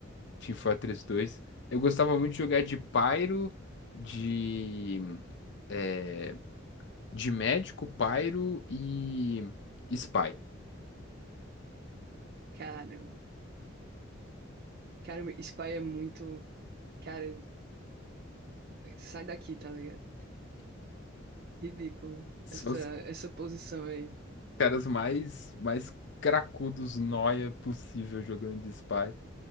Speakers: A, on the left; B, on the right.
A: Team Fortress 2. Eu gostava muito de jogar de Pyro, de. é, de médico, pairo e spy.
B: Cara, cara, Spy é muito... Cara, sai daqui, tá ligado? Ridículo.
A: São
B: Essa,
A: os
B: essa posição aí.
A: caras mais, mais cracudos, noia possível jogando de spy.